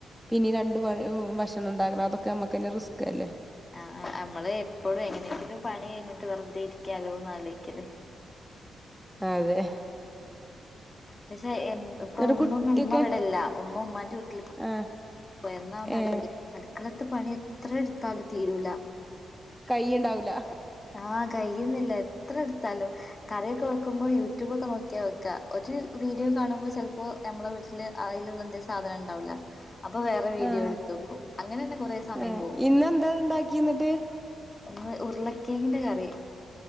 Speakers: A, in the centre; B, on the left.
A: പിന്നിം രണ്ട് പ ഭക്ഷണം ഇണ്ടാക്കണം അതൊക്കെ നമ്മക്കെന്നെ റിസ്ക്കല്ലേ
B: ആഹ് ആഹ് നമ്മള് എപ്പളും എങ്ങനെങ്കിലും പണി കഴിഞ്ഞിട്ട് വെറ്തെ ഇരിക്കാലോന്ന് ആലോയിക്കല്
A: അതെ
B: പക്ഷെ എന്ന് ഇപ്പൊ
A: എന്നിട്ട് കുട്ടിയൊക്കെ
B: ഇന്നൊന്നും ഉമ്മവടെല്ല ഉമ്മ ഉമ്മാന്റെ വീട്ടില് പോ
A: ആഹ്
B: പോയെ ഇന്നാ ഒന്ന്
A: ഏഹ്
B: അട്ക്കളെത്തേ പണി എത്രട്ത്താലും തീരൂല്ല
A: കയ്യ്ണ്ടാവൂല
B: ആഹ് കഴിയ്ന്നില്ല എത്രട്ത്താലും കറിയൊക്കെ വെക്ക്മ്പോ യൂട്യൂബൊക്കെ നോക്ക്യാ വെക്കാ ഒരു വീഡിയോ കാണുമ്പോ ചെലപ്പോ നമ്മളെ വീട്ടില് അയില്ള്ള എന്തേലും സാധനണ്ടാവൂല അപ്പൊ വേറെ വീഡിയോ
A: ആഹ്
B: എട്ത്തോക്കും അങ്ങനെന്നെ കൊറെ സമയം
A: ആഹ്
B: പോവും
A: ഇന്നെന്താ ഇണ്ടാക്കി എന്നിട്ട്
B: ഒന്ന് ഉർളക്കേങ്ങിന്റെ കറി